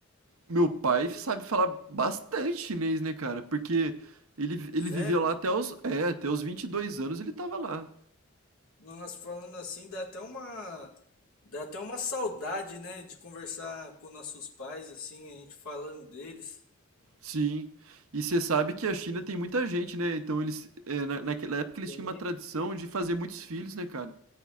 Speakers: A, on the right; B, on the left.
A: meu pai sabe falar bastante chinês, né, cara? Porque ele, ele
B: Sério?
A: viveu lá até os, é, até os 22 anos ele tava lá.
B: Nós falando assim dá até uma dá até uma saudade, né, de conversar com nossos pais assim, a gente falando deles.
A: Sim. E você sabe que a China tem muita gente, né? Então eles, é, na, naquela época eles
B: Sim.
A: tinham uma tradição de fazer muitos filhos, né, cara?